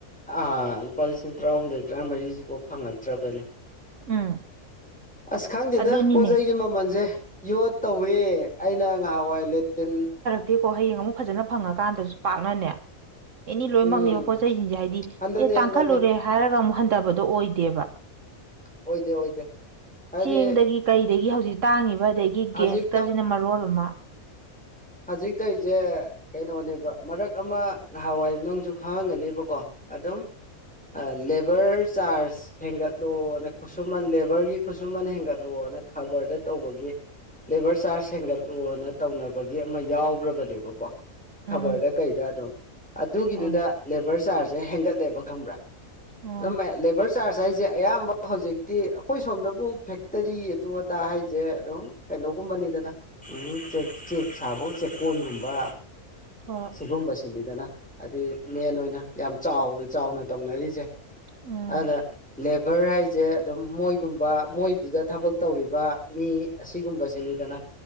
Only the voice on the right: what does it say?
ꯎꯝ
ꯑꯗꯨꯅꯤꯅꯦ
ꯇꯦ ꯀꯣ ꯍꯌꯦꯡ ꯑꯃꯨꯛ ꯐꯖꯅ ꯐꯪꯉꯀꯥꯟꯗꯁꯨ ꯄꯥꯛꯅꯅꯦ ꯑꯦꯅꯤ ꯂꯣꯏꯅꯃꯛꯅꯦꯕ
ꯄꯣꯠ ꯆꯩꯁꯤꯡꯁꯦ ꯍꯥꯏꯗꯤ
ꯑꯦ ꯇꯥꯡꯈꯠꯂꯨꯔꯦ
ꯍꯥꯏꯔꯒꯥ ꯑꯃꯨꯛ ꯍꯟꯗꯕꯗꯣ ꯑꯣꯏꯗꯦꯕ
ꯆꯦꯡꯗꯥꯒꯤ ꯀꯩꯗꯥꯒꯤ ꯍꯧꯖꯤꯛ ꯇꯥꯡꯉꯤꯕ ꯑꯗꯥꯒꯤ
ꯒꯦꯁ ꯀꯥꯖꯤꯅ ꯃꯔꯣꯜ ꯑꯃ
ꯎꯝ
ꯍꯣꯏ
ꯎꯝ
ꯍꯣꯏ
ꯎꯝ